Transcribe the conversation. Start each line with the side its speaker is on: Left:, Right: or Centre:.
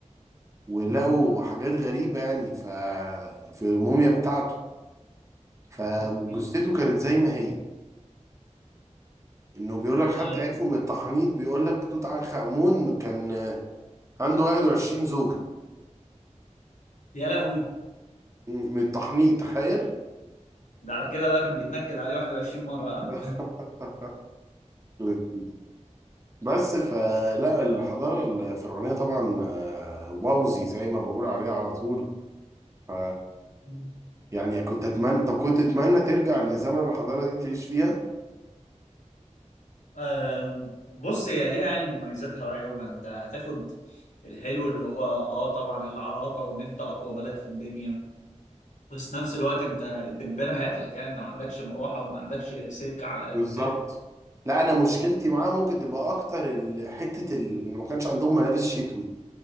Right: ولقوا
Left: امم
Right: حاجات غريبه يعني ف في الموميا بتاعته فجثته
Left: اوكي
Right: كانت زي ما هي انه بيقول لك حتى
Left: آه.
Right: عرفوا من التحنيط بيقول لك توت عنخ آمون كان آه، عنده 21 زوجة
Left: يا لهوي
Right: م- من التحنيط تخيل
Left: ده على كده بقى كان بيتنكد عليه 21 مره ها
Right: <laughs> لذيذ. بس فلا الحضارة الفرعونية طبعا آه، ووزي زي ما بقول عليها على طول ف
Left: <laughs>
Right: يعني كنت اتمنى طب كنت اتمنى ترجع لزمن الحضارة دي تعيش فيها
Left: أم، بص هي ليها يعني مميزاتها وعيوبها انت هتاخد الحلو اللي هو اه طبعا العراقة وان انت اقوى بلد في الدنيا بس نفس الوقت انت الدبانة هياكلك يعني انت ما عندكش مروحة وما عندكش سلك على القتال
Right: بالظبط لا انا مشكلتي معاه ممكن تبقى اكتر ال- حتة ال- ان ما كانش عندهم ملابس شتوي